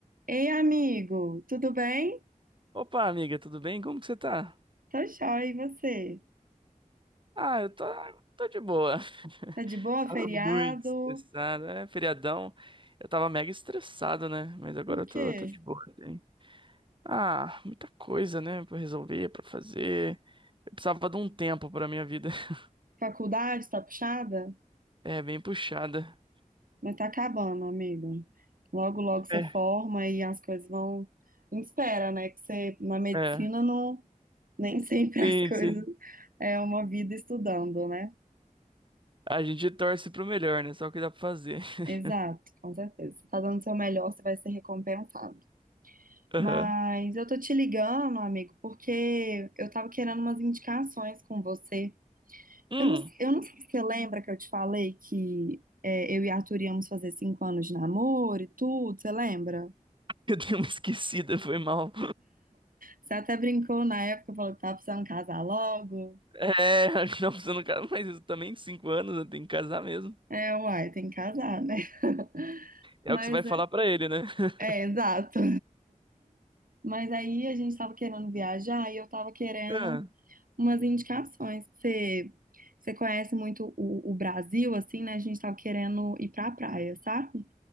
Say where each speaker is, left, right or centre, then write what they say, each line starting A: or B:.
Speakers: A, on the right; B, on the right.
A: Ei, amigo, tudo bem?
B: Opa, amiga, tudo bem? Como que você tá?
A: Tá jóia, e você?
B: Ah, eu tô, tô de boa. <laughs>
A: Tá de boa,
B: Tava
A: feriado?
B: muito estressado, é feriadão. Eu tava mega estressado, né? Mas agora
A: Por
B: eu tô,
A: quê?
B: tô de boa também. Ah, muita coisa, né? Pra resolver, pra fazer. Eu precisava de um tempo pra minha vida. <laughs>
A: Faculdade tá puxada?
B: É, bem puxada.
A: Mas tá acabando, amigo. Logo, logo você
B: É,
A: forma e as coisas vão. A gente espera, né? Que você, na medicina,
B: é.
A: não... nem sempre
B: Sim,
A: <laughs> as coisas
B: sim.
A: é uma vida estudando, né?
B: A gente torce pro melhor, né? Só o que dá pra fazer. <laughs>
A: Exato, com certeza. Você tá dando o seu melhor, você vai ser recompensado.
B: Aham.
A: Mas eu tô te ligando, amigo, porque eu tava querendo umas indicações com você.
B: Hum,
A: Eu não, eu não sei se você lembra que eu te falei que é, eu e Arthur íamos fazer cinco anos de namoro e tudo, você lembra?
B: eu dei uma esquecida, foi mal.
A: Você até brincou na época, falou que tava precisando casar logo.
B: É, <laughs> acho que não, você não casa, mas isso também, cinco anos, né? Tem que casar mesmo.
A: É, uai, tem que casar, né? <laughs>
B: É
A: Mas
B: o que você vai falar
A: é,
B: pra ele, né? <laughs>
A: é, exato. Mas aí a gente tava querendo viajar e eu tava querendo
B: Ah,
A: umas indicações. Você, você conhece muito o, o Brasil, assim, né? A gente tava querendo ir pra praia, sabe?